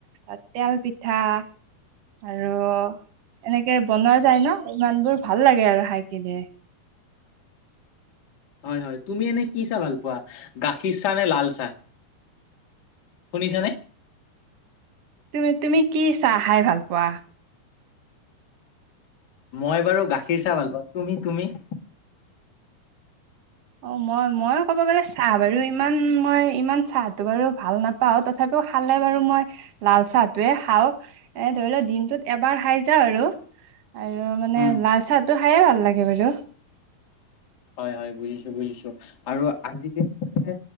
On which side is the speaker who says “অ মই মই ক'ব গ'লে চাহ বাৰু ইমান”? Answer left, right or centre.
Right